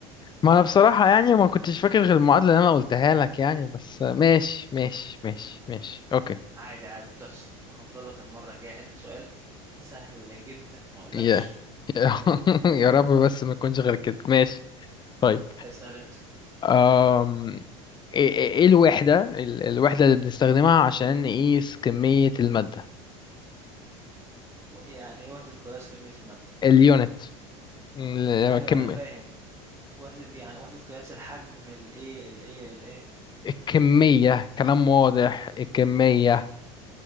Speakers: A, on the left; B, on the right.
A: ما انا بصراحة يعني ما كنتش فاكر غير المعادلة اللي انا قلتها لك يعني بس آه، ماشي ماشي ماشي ماشي اوكي
B: عادي عادي بتحصل <laughs> ما هفضلك المرة الجاية حتة سؤال سهل جدا ما اقولكش
A: يا <laughs> يا رب بس ما يكونش غير كده ماشي طيب
B: اسأل انت
A: أم... ايه إيه- إيه الوحدة ال- الوحدة اللي بنستخدمها عشان نقيس كمية المادة
B: و- يعني ايه وحدة قياس كمية المادة
A: اليونت م-
B: ايوه
A: كم...
B: انا فاهم وحدة يعني وحدة قياس الحجم الايه الايه الايه
A: الكمية كلام واضح الكمية